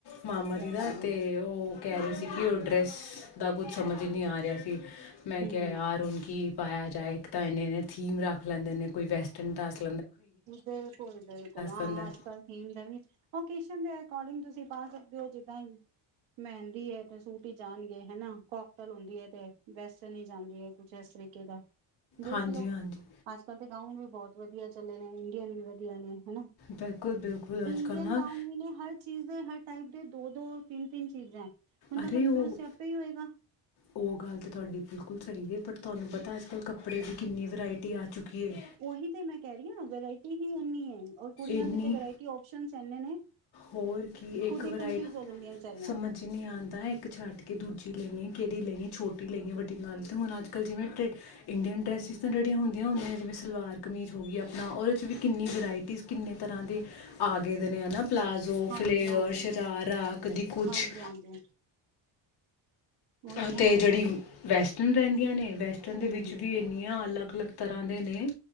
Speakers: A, on the left; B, on the right.
A: ਮਾਮਾ ਜੀ
B: ਓਕੇ
A: ਦਾ
B: ਹਮ
A: ਤੇ ਉਹ ਕਹਿ ਰਹੇ
B: ਹਮ
A: ਸੀ। ਕਿ ਉਹ ਡਰੈਸ ਦਾ ਕੁਝ ਸਮਝ ਹੀ ਨਹੀਂ ਆ ਰਿਹਾ ਸੀ।
B: ਹਮ
A: ਮੈਂ ਕਿਹਾ
B: ਹਮ
A: ਯਾਰ ਉ ਕੀ ਪਾਇਆ ਜਾਏ ਇੱਕ ਤਾਂ ਇਨੇ- ਇਨੇ ਥੀਮ ਰੱਖ ਲੈਂਦੇ ਨੇ ਕੋ ਵੈਸਟਰਨ ਟਾਸ
B: ਬਿਲਕੁਲ -ਬਿਲਕੁਲ ਹਾਂ।
A: ਦਿੰਦਾ
B: ਅੱਜ ਕੱਲ ਥੀਮ ਦਾ ਵੀ ਓਕੇ ਦੇ ਅਕੋਰਡਿੰਗ ਤੁਸੀਂ ਪਾ ਸਕਦੇ ਹੋ ਜਿੱਦਾਂ ਹੀ ਮਹਿੰਦੀ ਹੈ ਤੇ ਸੂਟ ਹੀ ਜਾਣਗੇ। ਹਨਾ ਕੋਕਤਲ ਹੁੰਦੀ ਹੈ। ਤੇ ਵੈਸਟਰਨ ਹੀ ਜਾਂਦੀ ਹੈ। ਕੁਛ ਇਸ ਤਰੀਕੇ ਦਾ ਦੇਖ
A: ਹਾਂਜੀ
B: ਲੋ
A: ਹਾਂਜੀ
B: ਅੱਜ ਕੱਲ ਤੇ ਗਾਊਂਨ ਵੀ ਬਹੁਤ ਵਧੀਆ। ਚੱਲੇ ਨੇ ਇੰਡੀਅਨ ਵੀ ਵਧੀਆ ਨੇ ਹਨਾ
A: ਬਿਲਕੁਲ ਬਿਲਕੁਲ
B: ਇੰਡੀਅਨ
A: ਅੱਜ ਕੱਲ੍ਹ ਨਾ
B: ਗਾਂਉਨ ਵੀ ਨੇ ਹਰ ਚੀਜ਼ ਦੇ ਹਰ ਟਾਈਪ ਦੇ ਦੋ -ਦੋ, ਤਿੰਨ- ਤਿੰਨ ਚੀਜ਼ ਹੈ। ਬੰਦਾ
A: ਅਰੇ
B: ਕੰਨਫਿਊਜ
A: ਉਹ,
B: ਤੇ ਆਪੇ ਹੀ ਹੋਏਗਾ।
A: ਉਹ ਗੱਲ ਤਾਂ ਤੁਹਾਡੀ ਬਿਲਕੁਲ ਸਹੀ ਹੈ। ਪਰ ਤੁਹਾਨੂੰ ਪਤਾ ਅੱਜ ਕੱਲ ਕੱਪੜੇ ਦੀ ਕਿੰਨੀ ਵਰਾਇਟੀ ਆ ਚੁੱਕੀ। ਹੈ
B: ਉਹੀ ਤੇ ਮੈਂ ਕਹਿ ਰਹੀ ਹਾਂ। ਵਰਾਇਟੀ ਹੀ ਇਨੀ ਹੈ। ਔਰ ਕੁੜੀਆਂ
A: ਇੰਨੀ
B: ਦੀ ਤੇ ਵਰਾਇਟੀ ਓਸ਼ਨ ਇਨੇ ਨੇ
A: ਹੋਰ ਕੀ
B: ਕਿ ਖੁਦ
A: ਇੱਕ ਵਰਾਇਟ
B: ਹੀ ਕਨਫਿਊਜ ਹੋ ਜਾਂਦੀਆਂ ਵਿਚਾਰੀਆਂ
A: ਸਮਝ ਨਹੀਂ ਆਉਂਦਾ। ਇੱਕ ਛੱਡ ਕੇ ਦੂਜੀ ਲੈਣੀ। ਕਿਹੜੀ ਲਈਏ, ਛੋਟੀ ਲਈਏ, ਵੱਡੀ ਨਾਲ ਹੁਣ ਅੱਜ ਕੱਲ੍ਹ ਜਿਵੇਂ ਇੰਡੀਅਨ ਡਰੈਸਿਸ ਤਾਂ ਰੜੀਆਂ ਹੁੰਨ। ਵ ਹੁੰਦੀਆਂ ਜਿਵੇਂ ਸਲਵਾਰ ਕਮੀਜ਼ ਹੋ ਗਈ। ਆਪਣਾ ਉਹਦੇ 'ਚ ਵੀ ਕਿੰਨੀ ਵਰਾਇਟੀਜ਼ ਕਿੰਨੇ ਤਰ੍ਹਾਂ ਦੇ ਆ ਗਏ ਦੇ ਨੇ ਹੈਨਾ ਪਲਾਜ਼ੋ,
B: ਹਾਂਜੀ-ਹਾਂਜੀ,
A: ਫਲੇਅਰ, ਸ਼ਰਾਰਾ, ਕਦੀ ਕੁਛ
B: ਹਾਂਜੀ-ਹਾਂਜੀ ਉਹੀ
A: ਅਤੇ
B: ਨਾ
A: ਜਿਹੜੀ ਵੈਸਟ ਰਹਿੰਦੀਆਂ ਨੇ ਵੈਸਟਰਨ ਦੇ
B: ਹੂੰ,
A: ਵਿੱਚ ਵੀ ਇੰਨੀਆਂ ਅਲੱਗ ਅਲੱਗ- ਅਲੱਗ ਤਰ੍ਹਾਂ ਦੇ ਨੇ